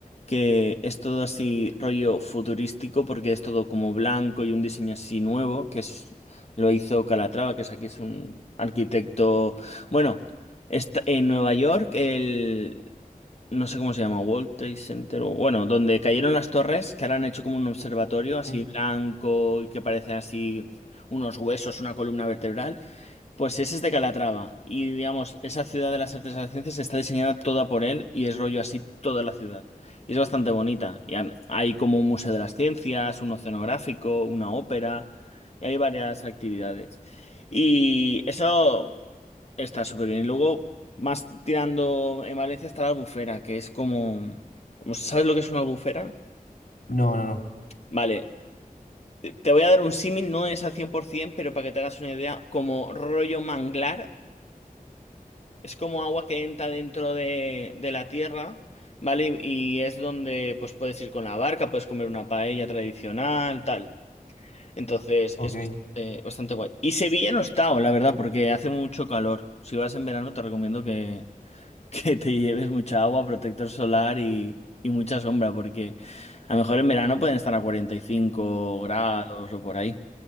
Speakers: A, on the left; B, on the left.
A: que es todo así rollo futurístico porque es todo como blanco y un diseño así nuevo, que es, lo hizo Calatrava, que es aquí es un arquitecto, bueno, está en Nueva York, el, no sé cómo se llama, World Trade Center, o- bueno, donde cayeron las torres, que ahora han hecho como un observatorio
B: Ujú.
A: así blanco y que parece así unos huesos, una columna vertebral. Pues ese es de Calatrava y digamos, esa ciudad de las artes y las ciencias está diseñada toda por él y es rollo así toda la ciudad. Y es bastante bonita. Y han- hay como un museo de las ciencias, un oceanográfico, una ópera, y hay varias actividades. Y eso está súper bien. Y luego, más tirando en Valencia está la Albufera, que es como... como- ¿Sabes lo que es una albufera?
B: No, no, no.
A: Vale, te voy a dar un símil, no es al 100%, pero para que te hagas una idea, como rollo manglar Es como agua que entra dentro de, de la tierra, ¿vale? Y, y es donde pues puedes ir con la barca, puedes comer una paella tradicional, tal. Entonces
B: Ok.
A: es eh, bastante guay. Y Sevilla no está, la verdad, porque hace mucho calor. Si vas en verano te recomiendo que, <laughs> que te lleves mucha agua, protector solar y, y mucha sombra, porque a lo mejor en verano pueden estar a 45 grados o por ahí.